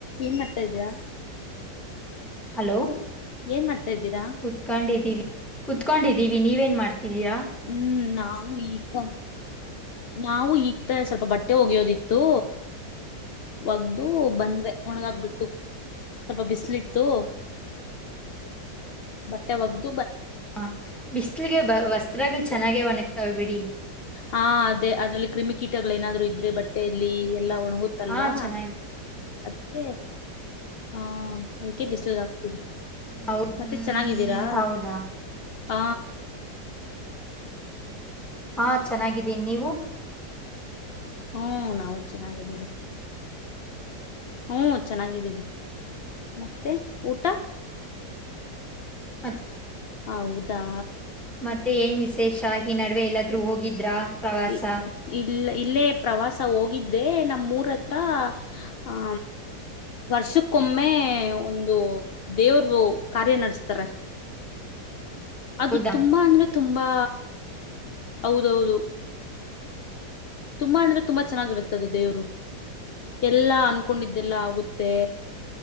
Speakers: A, on the left; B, in the centre.
A: ಏನ್ ಮಾಡ್ತಾ್ದೀರಾ
B: ಹಲೋ
A: ಏನ್ ಮಾಡ್ತಾ್ದೀರಾ
B: ಕುತ್ಕೊಂಡಿದ್ದೀವಿ ಕುತ್ಕೊಂಡಿದ್ದೀವಿ ನೀವೇನ್ ಮಾಡ್ತೀಿ ತಿರರ
A: ಹ್ಮ್ ನಾವು ಈಗ ತಾ ನಾವು ಈಗ ತ ಸ್ವಲ್ಪ ಬಟ್ಟೆ ಒಗೆಿಯೋದಿತ್ತು ಒಗ್ಡು ಬಂದ್ವೆ ಒಣಗಾಕ್ಬ ಬಿಟ್ಟು ಸ್ವಲ್ಪ ಬಿಸಿಲಿತ್ತು ಬಟ್ಟೆ ಒಗ್್ದ
B: ಹ ಬಿಸ್ಲಿಗೆ ಬ ವಸ್ತ್ರಗಳ್ ಚೆನ್ನಾಗೇ ಒಣಗ್ತವ್ ಬಿಡಿ.
A: ಹಾ ಅದೇ ಅದ್ರಲ್ಲಿ ಕ್ರಿಮಿಕೀಟಗಳು ಏನಾದ್ರು ಇದ್ರೆ ಬಟ್ಟೆಲ್ಲಿ ಎಲ್ಲಾ ಹೊ ನೊಗುತಲ್ವಾ
B: ಹಾ ಚೆನ್ನಾಗಿದ್ದೀನಿ
A: ಅದ್ಕೆ. ಹಾ ಅದ ಕೆ ಬಿಸ್ಲುಗ್ ಹಾಕ್ತನಿ
B: ಹೌದ್
A: ಮತ್ತೆ ಚೆನ್ನಾಗಿದ್ದೀರಾ
B: ಹೌದಾ
A: ಹ.
B: ಹಾ ಚೆನ್ನಾಗಿದ್ದೀನ್ ನೀವು.
A: ಹು ನಾವು ಚೆನ್ನಾಗಿದ್ದೀವಿ. ಹು ಚೆನ್ನಾಗಿದಿವಿ ಮತ್ತೆ ಊಟ.
B: ಮತ್
A: ಹೌದಾ
B: ಮತ್ತೆ ಏನ್ ವಿಶೇಷ ಈ ನಡ್ವೆ ಎಲ್ಲಾದ್ರು ಹೋಗಿದ್ರಾ. ಪ್ರವಾಸ
A: ಇ ಇಲ್ಲ. ಇಲ್ಲೇ ಪ್ರವಾಸ ಹೋಗಿದ್ದೆ ನಮ್ಮೂರ ಹತ್ರ ಆ ವರ್ಷಕ್ಕೊಮ್ಮೆ ಒಂದು ದೇವರು ಕಾರ್ಯ ನೆಡುಸ್ತಾರೆ. ಅದು
B: ಹೌದಾ
A: ತುಂಬಾ ಅಂದ್ರೆ ತುಂಬಾ ಹೌದೌದು ತುಂಬಾ ಅಂದ್ರೆ ತುಂಬಾ ಚೆನ್ನಾಗಿರುತ್ತೆದು ದೇವ್ರು ಎಲ್ಲಾ ಅನ್ಕೊಂಡಿದ್ದೆಲ್ಲ ಆಗುತ್ತೆ